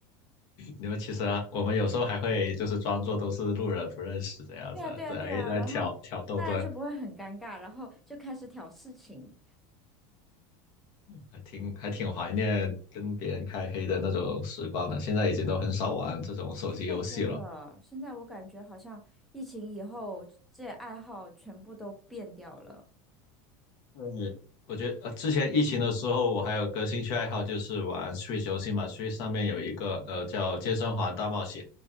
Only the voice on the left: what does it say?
因为其实啊我们有时候还会就是装作都是路人不认识这样子，
来来挑挑逗这，
还挺还挺怀念跟别人开黑的那种时光的。现在已经都很少玩这种手机游戏了。
对，我觉得呃，之前疫情的时候，我还有个兴趣爱好就是玩 Switch 游戏嘛。Switch 上面有一个呃叫《健身环大冒险》。